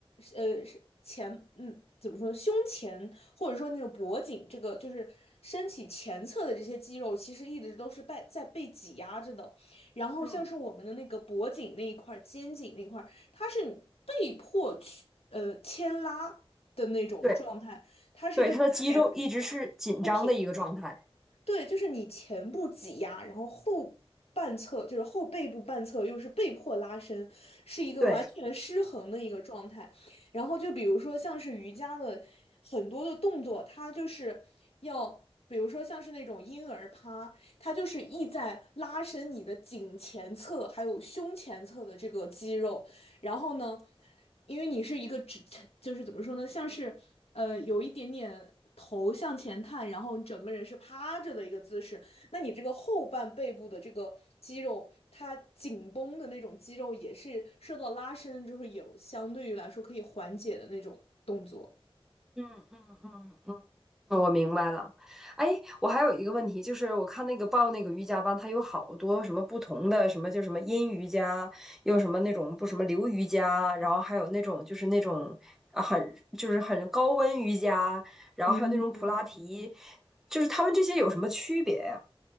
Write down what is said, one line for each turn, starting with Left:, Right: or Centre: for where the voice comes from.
Left: 呃，是前，嗯，怎么说呢，胸前或者说那种脖颈这个，就是身体前侧的这些肌肉，其实一直都是被在被挤压着的。然后像是我们的那个脖颈那一块儿、
Centre: 嗯，
Left: 肩颈那块儿，它是被迫去呃牵拉的那种状态。
Centre: 对
Left: 它是就是前
Centre: 对，他的肌肉一直是紧张的一个状态。
Left: 不平衡，对，就是你前部挤压，然后后半侧就是后背部半侧又是被迫拉伸，是一个完全失衡的一个状态。
Centre: 对，
Left: 然后就比如说像是瑜伽的很多的动作，它就是要。比如说，像是那种婴儿趴，它就是意在拉伸你的颈前侧还有胸前侧的这个肌肉，然后呢，因为你是一个直，就是怎么说呢，像是呃有一点点头向前探，然后你整个人是趴着的一个姿势，那你这个后半背部的这个肌肉，它紧绷的那种肌肉也是受到拉伸，就是有相对于来说可以缓解的那种动作。
Centre: 嗯嗯嗯嗯。我明白了，哎，我还有一个问题，就是我看那个报那个瑜伽班，它有好多什么不同的，什么叫什么阴瑜伽，又什么那种不什么流瑜伽，然后还有那种就是那种啊很就是很高温瑜伽，然后还有那种普拉提，
Left: 嗯，
Centre: 就是他们这些有什么区别呀？